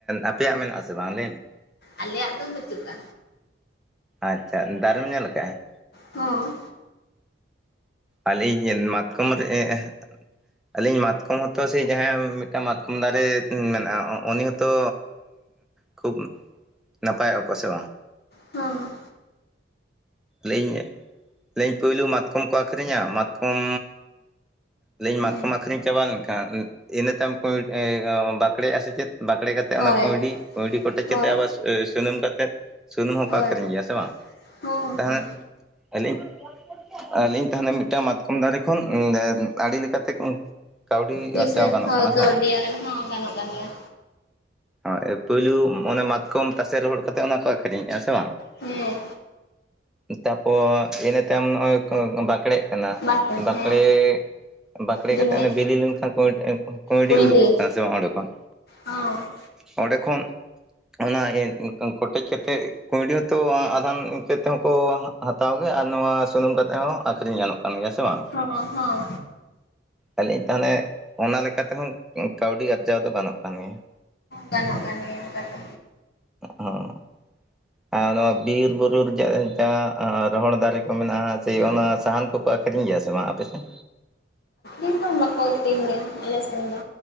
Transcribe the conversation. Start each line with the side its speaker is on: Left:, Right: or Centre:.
Centre: ᱟᱯᱮᱭᱟᱜ ᱢᱮᱱᱟᱜᱼᱟ ᱟᱥᱮ ᱵᱟᱝ-ᱟ᱾ᱟᱞᱤ <inaudible>
Left: ᱟᱞᱮᱭᱟᱜ ᱫᱚ ᱵᱟᱪᱩᱜᱼᱟ
Centre: ᱟᱪᱪᱷᱟ ᱫᱟᱨᱮᱢ ᱧᱮᱞ ᱠᱟᱜᱼᱟ
Left: ᱦᱚᱸ
Centre: ᱟᱞᱤᱡ ᱢᱟᱛᱠᱚᱢ ᱨᱮ <unintelligible> ᱟᱹᱞᱤᱧ ᱢᱟᱛᱠᱚᱢ ᱦᱚᱛᱚ ᱥᱮ ᱡᱟᱦᱟᱸᱭ ᱢᱤᱫᱴᱟᱝ ᱢᱟᱛᱠᱚᱢ ᱫᱟᱨᱮ ᱢᱮᱱᱟᱜᱼᱟ ᱩᱱᱤ ᱛᱚ ᱠᱷᱩᱵ ᱱᱟᱯᱟᱭᱚᱜᱼᱟ ᱠᱚ ᱥᱮ ᱵᱟᱝ
Left: ᱦᱩᱸ
Centre: ᱞᱮᱤᱧ ᱞᱟᱹᱭ ᱤᱧ ᱯᱳᱭᱞᱳ ᱢᱟᱛᱠᱚᱢ ᱠᱚ ᱟᱹᱷᱨᱤᱧᱟ ᱢᱟᱛᱠᱚᱢ ᱞᱟᱹᱭᱟᱹᱧ
Left: ᱦᱮᱸ
Centre: ᱢᱟᱛᱠᱚᱢ ᱟᱹᱠᱷᱨᱤᱧ ᱪᱟᱵᱟ ᱞᱮᱱᱠᱷᱟᱱ ᱤᱱᱟᱹ ᱛᱟᱭᱚᱢ ᱠᱚ ᱵᱟᱠᱲᱮ ᱟ ᱥᱮ ᱪᱮᱫ ᱵᱟᱠᱲᱮ ᱠᱟᱛᱮ
Left: ᱦᱳᱭ
Centre: ᱚᱱᱟ ᱠᱩᱸᱭᱰᱤ ᱠᱩᱸᱭᱰᱤ ᱠᱚᱴᱮᱡ
Left: ᱦᱳᱭ
Centre: ᱠᱟᱛᱮᱫ ᱟᱵᱟᱨ ᱥᱩᱱᱩᱢ ᱠᱟᱛᱮᱫ ᱥᱩᱱᱩᱢ ᱦᱚᱸᱠᱚ
Left: ᱦᱳᱭ
Centre: ᱟᱹᱠᱷᱨᱤᱧ ᱜᱮᱭᱟ ᱥᱮ ᱵᱟᱝ
Left: ᱦᱚᱸ
Centre: ᱛᱟᱦᱮ
Left: ᱦᱚᱸ
Centre: ᱟᱹᱞᱤᱧ ᱟᱹᱞᱤᱧ ᱛᱟᱦᱮᱞᱮ ᱢᱤᱫᱴᱟᱱ ᱢᱟᱛᱠᱚᱢ ᱫᱟᱨᱮ ᱠᱷᱚᱱ ᱟᱹᱰᱤ ᱞᱮᱠᱟᱛᱮ ᱠᱟᱹᱣᱰᱤ
Left: ᱦᱩᱭ
Centre: ᱟᱨᱡᱟᱣ
Left: ᱥᱮ
Centre: ᱜᱟᱱᱚᱜ
Left: ᱦᱳᱭ
Centre: ᱠᱟᱱᱟ
Left: ᱠᱟᱹᱣᱰᱤ
Centre: ᱥᱮ ᱵᱟᱝ?
Left: ᱟᱨ ᱦᱚᱸ ᱜᱟᱱᱚᱜ ᱠᱟᱱ ᱜᱮᱭᱟ
Centre: ᱦᱳᱭ ᱯᱩᱭᱞᱩ ᱚᱱᱮ ᱢᱟᱛᱠᱚᱢ ᱛᱟᱥᱮ ᱨᱚᱦᱚᱲ ᱠᱟᱛᱮᱫ ᱚᱱᱟ ᱠᱚ ᱟᱹᱠᱷᱨᱤᱧᱮᱜᱼᱟ ᱥᱮ ᱵᱟᱝ
Left: ᱦᱮᱸ
Centre: ᱛᱟᱯᱚ ᱤᱱᱟ ᱛᱟᱭᱚᱢ ᱱᱚᱜ ᱚᱭ ᱠᱚ ᱵᱟᱠᱲᱮ ᱠᱟᱱᱟ
Left: ᱵᱟᱝ
Centre: ᱵᱟᱠᱲᱮ
Left: ᱦᱮᱸ
Centre: ᱵᱟᱠᱲᱮ
Left: ᱡᱩᱢᱤᱫ
Centre: ᱠᱟᱛᱮᱫ ᱵᱤᱞᱤ ᱞᱮᱱᱠᱷᱟᱱ ᱠᱩᱸᱭᱰᱤ
Left: ᱠᱩᱭᱰᱤ
Centre: ᱩᱰᱩᱠᱚᱜ ᱠᱟᱱᱟ ᱥᱮ ᱵᱟᱝ ᱚᱸᱰᱮ ᱠᱷᱚᱱ
Left: ᱦᱚᱸ
Centre: ᱚᱸᱰᱮ ᱠᱷᱚᱱ ᱚᱱᱟ ᱠᱚᱴᱮᱡ ᱠᱟᱛᱮᱫ ᱠᱩᱭᱰᱤ ᱦᱚᱸᱛᱚ ᱟᱫᱷᱟᱱ ᱤᱱᱠᱟᱹ ᱛᱮᱦᱚᱸ ᱠᱚ ᱦᱟᱛᱟᱣ ᱜᱮ ᱟᱨ ᱱᱚᱣᱟ ᱥᱩᱱᱩᱢ ᱠᱟᱛᱮᱫ ᱦᱚᱸ ᱟᱹᱠᱷᱨᱤᱧ ᱜᱟᱱᱚᱜ ᱠᱟᱱ ᱜᱮᱭᱟ ᱥᱮ ᱵᱟᱝ
Left: ᱦᱩᱸ ᱦᱩᱸ
Centre: ᱟᱹᱞᱤᱧ ᱛᱟᱦᱚᱞᱮ ᱚᱱᱟ ᱛᱮᱦᱚᱸ ᱠᱟᱹᱣᱰᱤ ᱟᱨᱡᱟᱣ ᱫᱚ ᱜᱟᱱᱚᱜ ᱠᱟᱱ ᱜᱮᱭᱟ
Left: ᱜᱟᱱᱚᱜ ᱠᱟᱱ ᱜᱮᱭᱟ ᱚᱱᱠᱟ ᱫᱚ
Centre: ᱦᱩᱸ <inaudible> ᱟᱨ ᱱᱚᱣᱟ ᱵᱤᱨ ᱵᱩᱨᱩ ᱨᱮᱭᱟᱜ ᱡᱟᱦᱟᱸ ᱨᱚᱦᱚᱲ ᱫᱟᱨᱮ ᱠᱚ ᱢᱮᱱᱟᱜᱼᱟ ᱥᱮ ᱚᱱᱟ ᱥᱟᱦᱟᱱ ᱠᱚᱠᱚ ᱟᱠᱨᱤᱧ ᱜᱮᱭᱟ ᱥᱮ ᱵᱟᱝ ᱟᱯᱮ ᱥᱮᱫ
Left: ᱤ <inaudible> ᱠᱚ ᱵᱟᱠᱚ ᱟᱹᱠᱷᱨᱤᱧ ᱜᱮᱭᱟ ᱟᱞᱮᱥᱱ ᱫᱚ